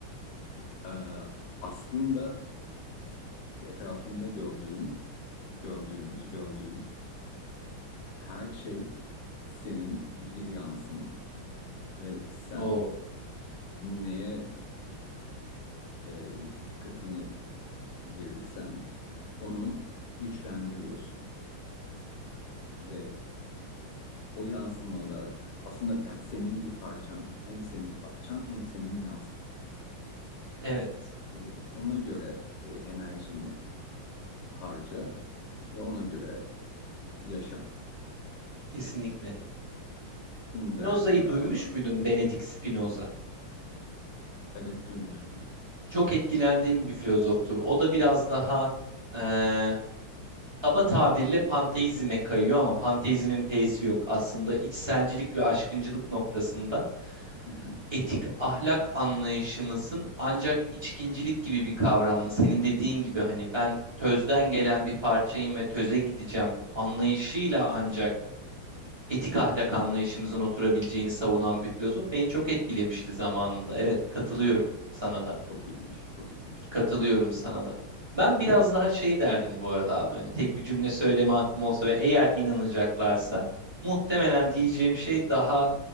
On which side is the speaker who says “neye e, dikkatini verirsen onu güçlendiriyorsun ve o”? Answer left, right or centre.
Left